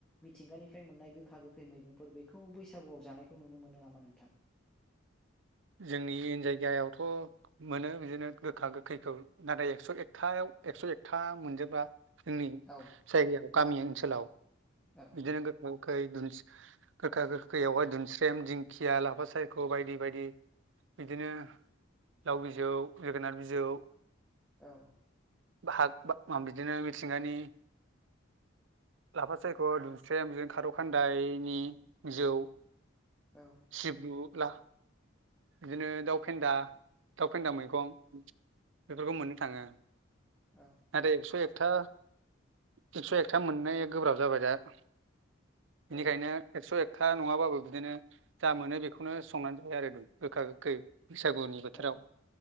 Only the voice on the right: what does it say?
जोंनि जायगायावथ' मोनो बिदिनो गोखा गोखैखौ नाथाय एकस' एकथायाव एकस' एकथा मोनजोबा जोंनि
जायगायाव गामि ओनस हेलौ
बिदिनो गोखा गोखै दिनिस गोखा गोखैयावहाय दिनस्रेम दिंखिया लाफा सायख' बायदि बायदि बिदिनो लाव बिजौ जोगोनार बिजौ।
हाग बा बिदिनो मिथिंगानि लाफा सायख' दुमस्रेम जों खारौ खान्दायनि जौ
सिब्रुला बिदिनो दाउ फेन्दा दाउ फेन्दा मैगं बेफोरखौ मोननो थाङो। आरो
एकस' एकथा एकस' एकथा मोननाय गोब्राब जाबाय दा। बेनिखायनो
एक्स' एक। था नङाबाबो बिदिनो जा मोनो बेखौनो संनानै जायो आरो। गोखा गोखै बैसागुनि बोथोराव